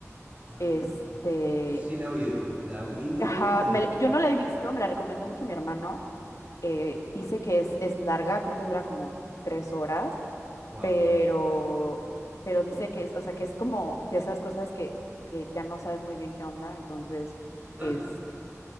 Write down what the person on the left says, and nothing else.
este,
ajá,
me la- yo no la he visto, me la recomendó mucho mi hermano, eh, dice que es, es larga, creo que dura como tres horas,
pero, pero dice que es, o sea, que es como de esas cosas que, que ya no sabes muy bien qué onda, entonces
es eh,